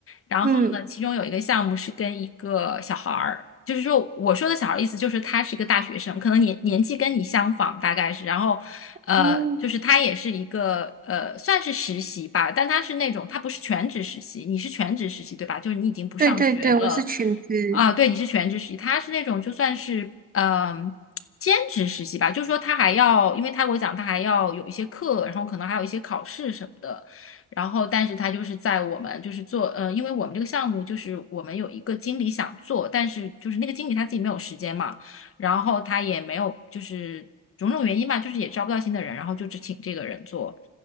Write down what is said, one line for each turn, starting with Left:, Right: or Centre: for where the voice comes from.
Left: 然后呢，
Right: 嗯
Left: 其中有一个项目是跟一个小孩儿，就是说我说的小孩儿意思就是他是一个大学生，可能年年纪跟你相仿，大概是，然后呃，
Right: 嗯，
Left: 就是他也是一个呃，算是实习吧，但他是那种他不是全职实习，你是全职实习对吧？就是你已经不上学了
Right: 对对对，我是裙子，
Left: 啊，对，你是全职实习，他是那种就算是嗯。兼职实习吧，就是说他还要，因为他给我讲，他还要有一些课，然后可能还有一些考试什么的，然后但是他就是在我们就是做，呃，因为我们这个项目就是我们有一个经理想做，但是就是那个经理他自己没有时间嘛，然后他也没有就是种种原因吧，就是也招不到新的人，然后就只请这个人做，